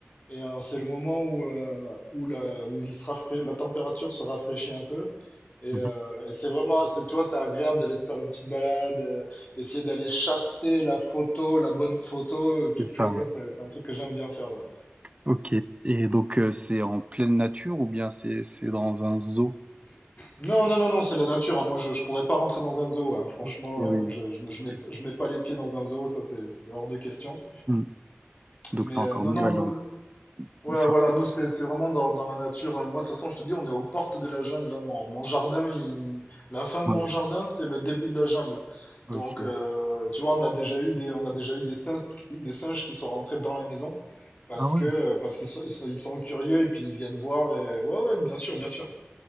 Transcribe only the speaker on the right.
mhm,
c'est
ça,
ouais.
Ok. Et donc, euh, c'est en pleine nature ou bien c'est c'est dans un zoo?
Ok, oui,
oui.
ok.
Hmm. Donc,
c'est encore
mieux.
Alors,
c'est-
ouais,
ok.
Ah ouais.